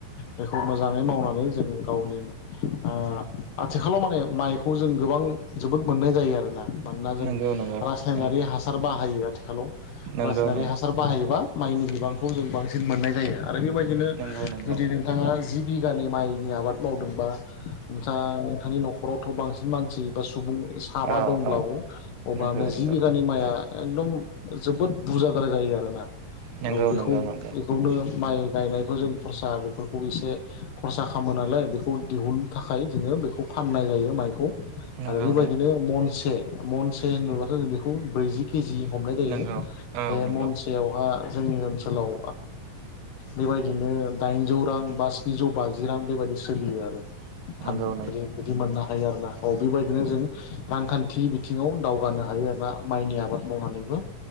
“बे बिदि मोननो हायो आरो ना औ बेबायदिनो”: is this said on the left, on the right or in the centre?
Left